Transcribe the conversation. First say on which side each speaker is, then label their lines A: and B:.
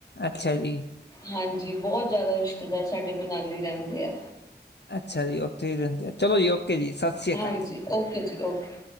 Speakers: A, on the left; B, on the left.
A: ਅੱਛਾ ਜੀ।
B: ਹਾਂਜੀ ਬਹੁਤ ਜ਼ਿਆਦਾ ਰਿਸ਼ਤੇਦਾਰ ਸਾਡੇ ਮਨਾਲੀ ਰਹਿੰਦੇ ਆ।
A: ਅੱਛਾ ਜੀ ਉੱਥੇ ਹੀ ਰਹਿੰਦੇ ਆ, ਚਲੋ ਜੀ ਓਕੇ ਜੀ ਸਤਿ ਸ਼੍ਰੀ
B: ਹਾਂਜੀ
A: ਅਕਾਲ ਜੀ।
B: ਓਕੇ ਜੀ ਓਕੇ।